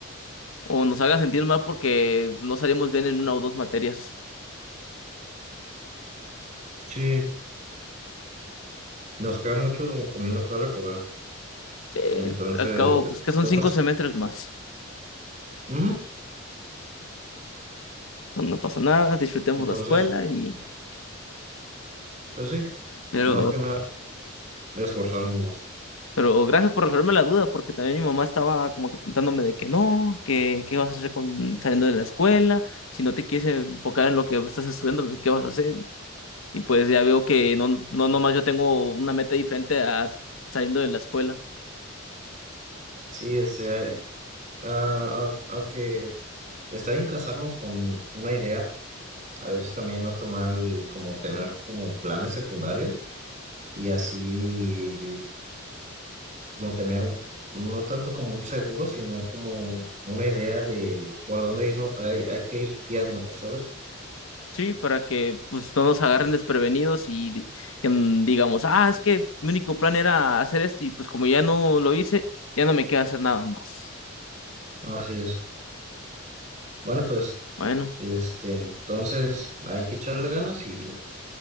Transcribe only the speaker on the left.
o nos haga sentir mal porque no salimos bien en una o dos materias.
Sí,
al cabo, pues que son
cinco
semestres más.
Entonces, no pasa nada, disfrutemos
la escuela y...
Pero
Pero gracias por resolverme la duda, porque también mi mamá estaba como que preguntándome de que no, que qué vas a hacer con, saliendo de la escuela, si no te quieres enfocar en lo que estás estudiando, pues, ¿qué vas a hacer? Y pues ya veo que no, no nomás yo tengo una meta diferente a saliendo de la escuela.
Sí, para que pues no nos agarren desprevenidos y que mm, digamos, ah, es que mi único plan era hacer esto y pues como ya no lo hice, ya no me queda hacer nada más.
Bueno,